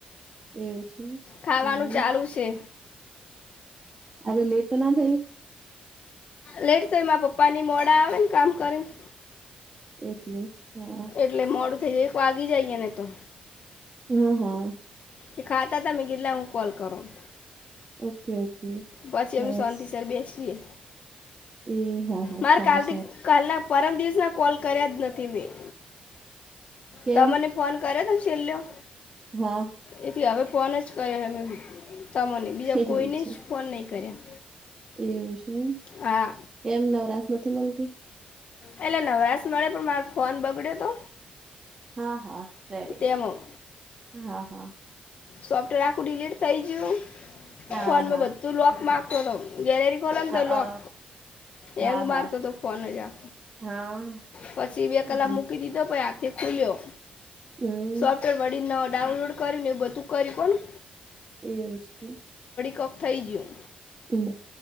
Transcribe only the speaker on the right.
એવું છે
હમ
આજે લેટ નથી.
એટલે હા,
હમ હા,
Okay okay.
સરસ
એ હા. હા
સારું
સારું
કેમ
હા,
એવું
છે
એવું છેમ
કેમ નવરાશ નથી મળતી.
હા હા રેડી
હા હા,
હા
હા
અ
અ
હા હા
હા
હમ
હમ,
એવું છે
એમ